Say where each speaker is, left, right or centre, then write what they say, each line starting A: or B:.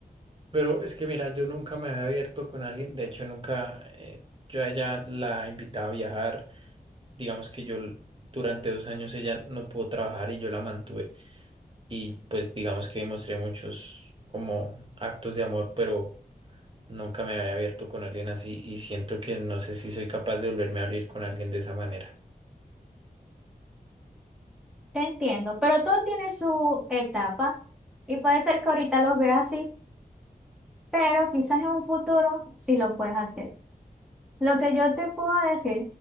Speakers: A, on the right; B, in the centre.
A: Pero es que mira, yo nunca me había abierto con alguien, de hecho nunca, eh, yo a ella la invitaba a viajar, digamos que yo l- durante dos años ella no pudo trabajar y yo la mantuve y pues digamos que mostré muchos como actos de amor, pero nunca me había abierto con alguien así y siento que no sé si soy capaz de volverme a abrir con alguien de esa manera.
B: Te entiendo, pero todo tiene su etapa y puede ser que ahorita los veas así, pero quizás en un futuro sí lo puedes hacer. Lo que yo te puedo decir